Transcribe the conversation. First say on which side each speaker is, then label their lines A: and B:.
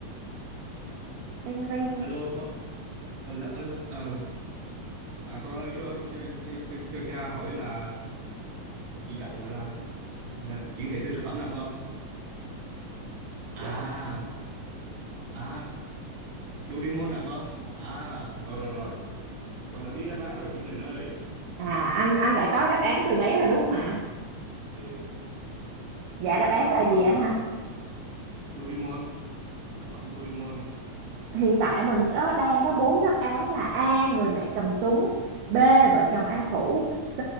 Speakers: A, on the right; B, on the right.
A: Ring ring.
B: Alo, con, alo, alo, ờ, à, con ơi cho cho cho cho cho, cho cha hỏi là chị Dậu là là chuyển thể từ tác phẩm nào con? À,
A: Dạ.
B: à, Doraemon nè con. À, rồi rồi rồi, tôi đã biết đáp án rồi Chương Trình ơi.
A: À anh anh đã có đáp án từ bé rồi đúng không ạ?
B: Ừ,
A: Dạ
B: bé
A: đáp án
B: có nói
A: là
B: với tôi
A: gì anh
B: đó là
A: ha?
B: Doraemon, tác phẩm Doraemon.
A: Hiện tại mình có đang có bốn đáp án là A người mẹ cầm súng, B vợ chồng A phủ, C